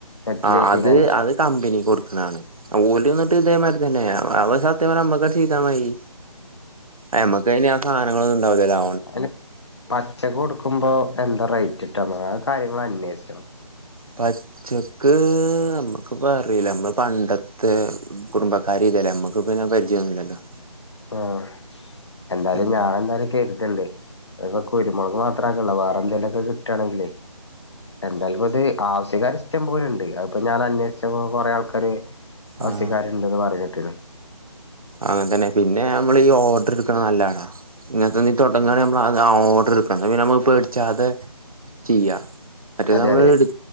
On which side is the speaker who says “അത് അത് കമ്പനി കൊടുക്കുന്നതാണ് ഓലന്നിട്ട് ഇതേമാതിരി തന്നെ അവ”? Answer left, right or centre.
Right